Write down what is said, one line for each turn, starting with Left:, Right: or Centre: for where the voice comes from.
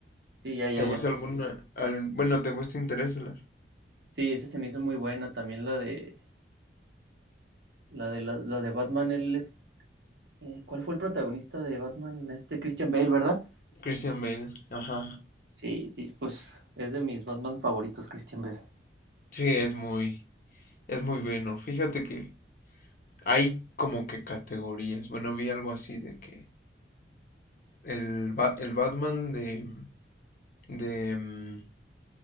Right: Sí, ya, ya,
Left: ¿Te gusta
Right: ya.
Left: alguna? al- Bueno, ¿te gusta Interestelar?
Right: Sí, esa se me hizo muy buena. También la de, la de, la, la de Batman, él es, eh, ¿cuál fue el protagonista de Batman? Este Christian Bale, ¿verdad?
Left: Christian Bale, ajá.
Right: Sí, sí, pues es de mis Batman favoritos, Christian Bale.
Left: Sí, es muy, es muy bueno. Fíjate que hay como que categorías. Bueno, vi algo así de que el, Ba- el Batman de, de, mm,